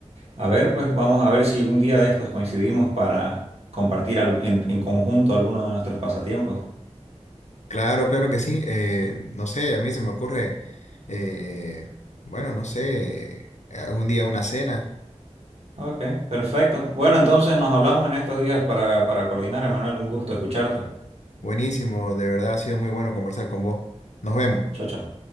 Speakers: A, on the right; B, on the left.
A: A ver, pues vamos a ver si un día de estos coincidimos para compartir al- en, en conjunto alguno de nuestros pasatiempos.
B: claro, claro que sí. Eh, no sé, a mí se me ocurre, eh, bueno, no sé, algún día una cena.
A: Ok, perfecto. Bueno, entonces nos hablamos en estos días para, para coordinar, Emanuel. Un gusto escucharte.
B: Buenísimo, de verdad ha sido muy bueno conversar con vos. Nos vemos.
A: Chao, chao.